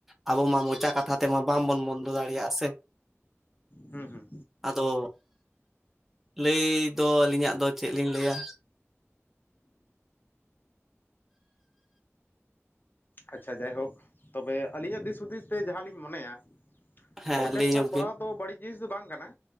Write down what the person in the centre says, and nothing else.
ᱟᱵᱚ ᱢᱟ ᱢᱚᱪᱟ ᱠᱟᱛᱷᱟ ᱛᱮᱢᱟ ᱵᱟᱝᱵᱚᱱ ᱵᱚᱱᱫᱚ ᱫᱟᱲᱮᱭᱟᱜᱼᱟ ᱥᱮ
ᱟᱫᱚ ᱞᱟᱹᱭ ᱫᱚ ᱟᱹᱞᱤᱧᱟᱜ ᱫᱚ ᱪᱮᱫ ᱞᱤᱧ ᱞᱟᱹᱭ ᱟ
ᱦᱮᱸ
ᱞᱟᱹᱭ ᱧᱚᱜ
ᱵᱤᱱ